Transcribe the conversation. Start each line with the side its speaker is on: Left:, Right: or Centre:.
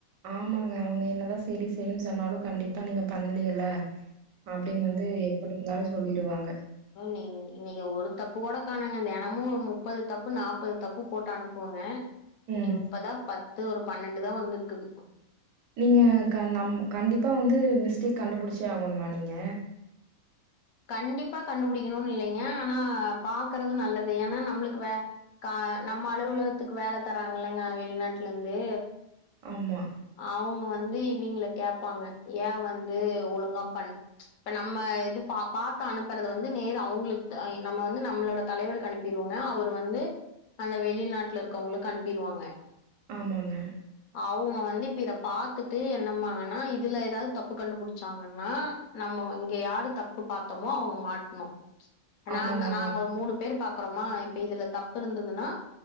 Right: ஆமாங்க அவங்க என்னதா சேரி சேரின்னு சொன்னாலும் கண்டிப்பா நீங்க பண்லயல்ல அப்டின்னு வந்து எப்டி இருந்தாலும் சொல்லிடுவாங்க
Left: இ இன்னைக்கு ஒரு தப்பு கூட காணோங்க தெனமோ முப்பது தப்பு நாப்பது தப்பு போட்டு அனுப்பு ப்போங்க
Right: ம்
Left: இனி இப்பதா பத்து ஒரு பன்னெண்டுதா வந்திருக்குது
Right: நீங்க நம் கண்டிப்பா வந்து மிஸ்டேக் கண்டுபிடிச்சே ஆகோணுமா நீங்க
Left: கண்டிப்பா கண்டுபுடிக்கணுன்னு இல்லைங்க ஆனா பாக்குறது நல்லது ஏன்னா நம்முளுக்கு வே கா நம்ம அலுவலகத்துக்கு வேல தர்றாங்கல்லங்க வெளிநாட்லருந்து
Right: ஆமா
Left: அவங்க வந்து இவிங்கல கேப்பாங்க ஏ வந்து ஒழுங்கா பண்ண இப்ப நம்ம இது பா பாத்து அனுப்பறது வந்து நேரு அவங்களுக்கு நம்ம வந்து நம்மளோட தலைவர்க்கு அனுப்ப அனுப்பிருவோங்க அவர் வந்து அந்த வெளிநாட்டுல இருக்கறவங்களுக்கு அனுப்பிருவாங்க
Right: ஆமாங்க
Left: அவங்க வந்து து இப்ப இத பாத்துட்டு என்னம்மாங்கன்னா இதுல ஏதாவது தப்பு கண்டுபுடிச்சாங்கன்னா நம்ம இங்க யாரு தப்பு பாத்தோமோ அவங்க மாட்னோ நா
Right: ஆமாங்க
Left: நாங்க ஒரு மூணு பேர் பாக்குறோமா இப்ப இதுல தப்பு இருந்ததுன்னா